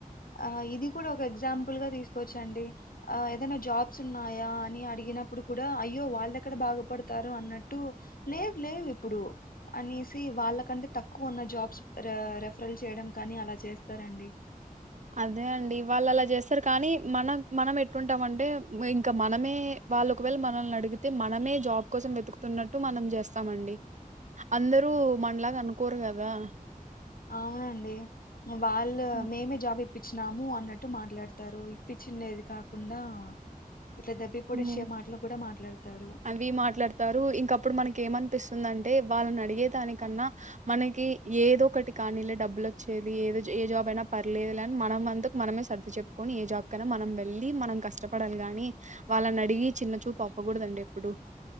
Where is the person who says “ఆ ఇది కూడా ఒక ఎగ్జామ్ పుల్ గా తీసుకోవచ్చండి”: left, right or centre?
Left